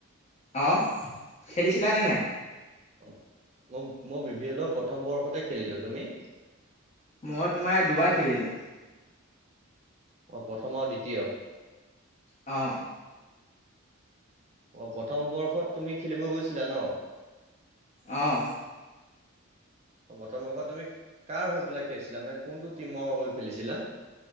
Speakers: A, on the left; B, on the right.
A: অ', খেলিছিলা নে নাই।
B: অ', ম মই বি ভি এলৰ প্ৰথম বৰ্ষতে খেলিলো তুমি?
A: মই তোমাৰ দুবাৰ খেলিলো।
B: অ', প্ৰথম আৰু দ্বিতীয়।
A: অ'।
B: অ', প্ৰথম বৰ্ষত তুমি খেলিব গৈছিলা ন।
A: অ'।
B: অ', প্ৰথম বৰ্ষত তুমি কাৰ হৈ পেলাই খেলিছিলা মানে কোনটো টিমৰ হৈ খেলিছিলা।